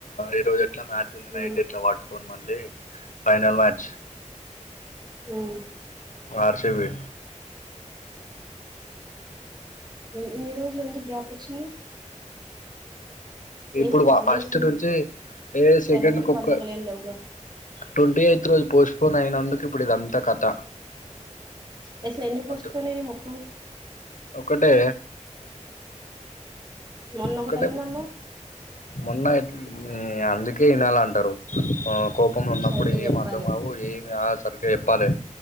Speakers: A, on the left (about 85°); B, on the right (about 35°).
A: ఈరోజే ఇట్లా మ్యాచ్ ఉంది
B: ఉమ్
A: నైట్ ఇట్లా పట్టుకోని మళ్ళీ ఫైనల్ మ్యాచ్
B: మ్
A: ఆర్ సి బి
B: ఇన్ని రోజులు ఎందుకు గ్యాప్ వచ్చింది
A: ఇప్పుడు
B: ఏం హాలిడేస్
A: ఫస్ట్ నుంచి ఏ సెకండ్
B: సెలవులు
A: కుక్క
B: పండగలు ఏం లేవుగా
A: ట్వంటీ ఎయిత్ రోజు పోస్ట్ పోన్ అయినందుకు ఇప్పుడు ఇదంతా కథ
B: <unintelligible> ఎన్ని పోస్ట్
A: అటు
B: పోన్ మొత్తం
A: ఒకటే
B: మొన్నొకటైందన్నావ్
A: ఒకటే మొన్న <unintelligible> అందుకే లాల అంటారు ఉ కోపంలున్నప్పుడు
B: సరిగ్గా
A: ఏమి
B: చెప్పాలి
A: అర్థం కావు ఏమి ఆస్ సరిగ్గా చెప్పాలె